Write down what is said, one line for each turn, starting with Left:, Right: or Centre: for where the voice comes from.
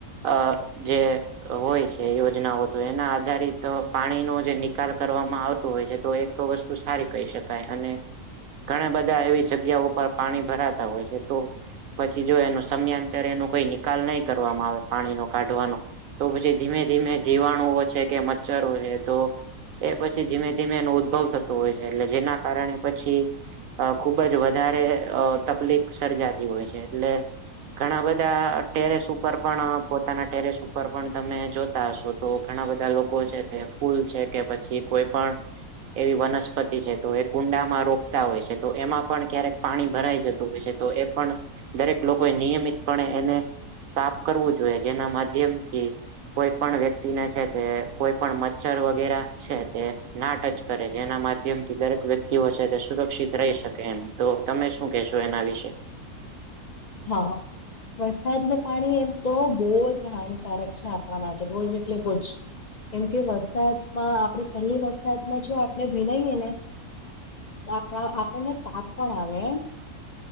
Right: અ જે હોય છે યોજનાઓ તો એના આધારિત પાણી નો જે નિકાલ કરવામાં આવે હોય છે તો એક વસ્તુ સારી કહી શકાય અને ઘણા બધા એવી જગ્યા ઉપર પાણી ભરાતા હોય છે તો પછી જો એ સમયાંતરે એનો કોઈ નિકાલ નહી કરવામાં આવે પાણી નો કાઢવાનો. તો પછી ધીમે ધીમે જીવાણુઓ છે કે મચ્છરો છે તો એ પછી ધીમે ધીમે એનો ઉદ્ભવ થતો હોય છે એટલે જેના કારણે પછી અ ખુબ જ વધારે તકલીફ સર્જાતી હોય છે એટલે ઘણા બધા ટેરેસ ઉપર પણ પોતાના ટેરેસ ઉપર પણ તમે જોતા હશો. તો ઘણા બધા લોકો છે તે ફૂલ છે કે પછી કોઈ પણ એવી વનસ્પતિ છે તો એ કુંડામાં રોપતા હોય છે તો એમાં પણ ક્યારેક પાણી ભરાઈ જતું હોય છે. તો એ પણ દરેક લોકો એ નિયમિતપણે એને સાફ કરવું જોઈએ જેના માધ્યમ થી કોઈ પણ વ્યક્તિને છે તે કોઈ પણ મચ્છર વગેરે છે. તે ના ટચ કરે જેના માધ્યમ થી દરેક વ્યક્તિઓ છે તે સુરક્ષિત રહી શકે એમ. તો તમે શું કહેશો એના વિશે?
Left: હા. વરસાદ ન પાણી એમ તો બહુ જ હાનિકારક છે આપણા માટે બહુજ એટલે બહુજ. કેમકે વરસાદમાં આપણે પહેલી વરસાદમાં જો આપણે ભીનાઈએ ને આપ આપણને તાવ પણ આવે એ